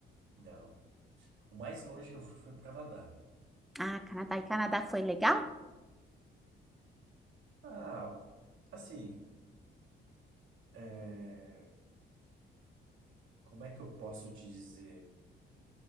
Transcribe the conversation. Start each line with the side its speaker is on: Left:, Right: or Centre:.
Right: Não. O mais longe que eu fui foi pro Canadá.
Centre: Ah, Canadá. E Canadá foi legal?
Right: Ah, Assim, é, como é que eu posso te dizer?